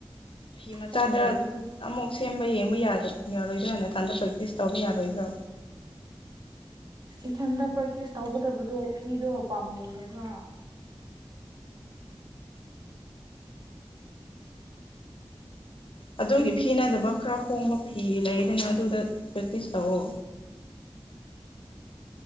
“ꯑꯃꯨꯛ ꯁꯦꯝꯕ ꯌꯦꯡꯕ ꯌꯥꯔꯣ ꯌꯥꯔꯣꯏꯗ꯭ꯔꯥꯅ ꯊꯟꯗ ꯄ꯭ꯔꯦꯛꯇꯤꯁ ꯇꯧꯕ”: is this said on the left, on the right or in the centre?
Left